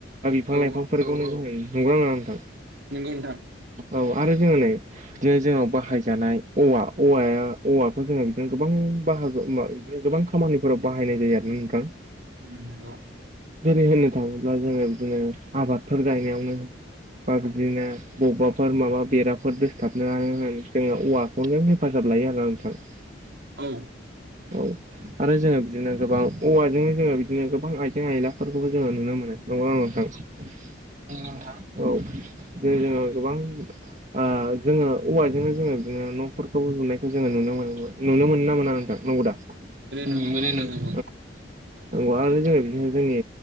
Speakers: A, on the right; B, on the right.
A: बा बिफां
B: औ
A: लाइफांफोरखौनो होन नंगौना नङा नोंथां
B: नोंगौ नोंथा
A: औ आरो जोङो नै बिदिनो जोंनाव बाहायजानाय औवा औवाया औवाखौ जोङो बिदिनो गोबां बाहागो बिनो गोबां खामानिफोराव बाहायनाय जायो आरोना नोंथां
B: उम नंगौ
A: जरै होननो थाङोब्ला जोङो बिदिनो आबादफोर गायनायावनो बा बिदिनो बबेबाफोर माबा बेराफोर दोसथाबनो आनो होन जोङो औवाखौनो हेफाजाब लायो आरोना नोंथां
B: औ
A: औ आरो जोङो बिदिनो गोबां औवाजोंनो जोङो बिदिनो गोबां आइजें आइलाफोरखौबो जोङो नंगौ ना नङा नोंथां औ नोंथां औ जे जोङो गोबां ओ जोङो औवाजोंनो जोङो बिदिनो न'फोरखौ लुनायखौ जोङो नुनो मोनोमोन नुनो मोनो ना मोना नोंथां नंगौदा
B: नोङो
A: मोनो नोंथां
B: नंगौ
A: औवा आरो जोङो बिदिनो जोंनि